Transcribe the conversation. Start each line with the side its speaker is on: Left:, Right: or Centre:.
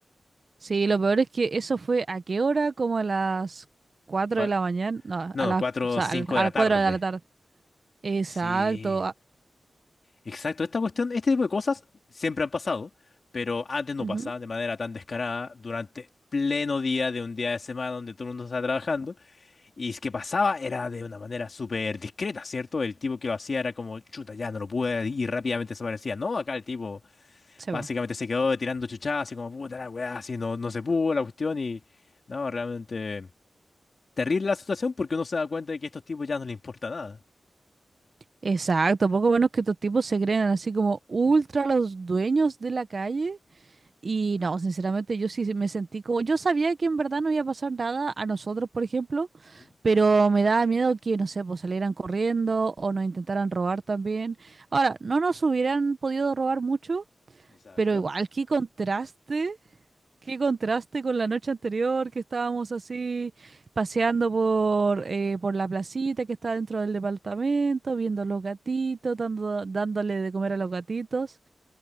Right: Sí, lo peor es que eso fue a qué hora, como a las 4
Left: Fue-
Right: de la mañana. No,
Left: No,
Right: a las,
Left: 4
Right: o sea,
Left: o 5
Right: al- a
Left: de la
Right: las
Left: tarde.
Right: 4 de la tarde. Exacto.
Left: Sí,
Right: a-
Left: exacto. Esta cuestión, este tipo de cosas siempre han pasado, pero antes no
Right: ujú,
Left: pasaba de manera tan descarada durante pleno día de un día de semana donde todo el mundo está trabajando. Y es que pasaba era de una manera súper discreta, ¿cierto? El tipo que lo hacía era como, chuta, ya no lo pude y rápidamente desaparecía. No, acá el tipo
Right: se
Left: básicamente
Right: va.
Left: se quedó tirando chuchadas así como, puta la weá, así no, no se pudo la cuestión y no, realmente terrible la situación porque uno se da cuenta de que a estos tipos ya no les importa nada.
Right: Exacto, poco menos que estos tipos se creen así como ultra los dueños de la calle. Y no, sinceramente yo sí se- me sentí como, yo sabía que en verdad no iba a pasar nada a nosotros, por ejemplo,
Left: Ujú.
Right: pero me daba miedo que, no sé, pues salieran corriendo o nos intentaran robar también. Ahora, no nos hubieran podido robar mucho,
Left: Exacto.
Right: pero igual, qué contraste Qué contraste con la noche anterior que estábamos así paseando por, eh, por la placita que está dentro del departamento, viendo los gatitos, dando, dándole de comer a los gatitos.